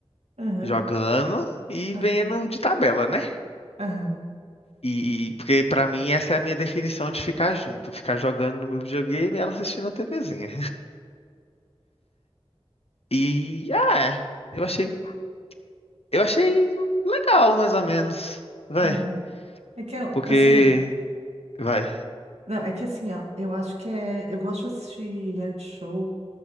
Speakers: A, on the right; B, on the left.
A: aham,
B: Jogando e
A: aham,
B: vendo de tabela, né?
A: aham,
B: E porque pra mim essa é a minha definição de ficar junto, ficar jogando no meu videogame e ela assistindo a TVzinha. E ah, é, eu achei, eu achei legal mais ou menos. Vai,
A: aham. É que, eu-
B: porque
A: assim, ó.
B: vai,
A: Não, é que assim, ó. Eu acho que é. Eu gosto de assistir reality show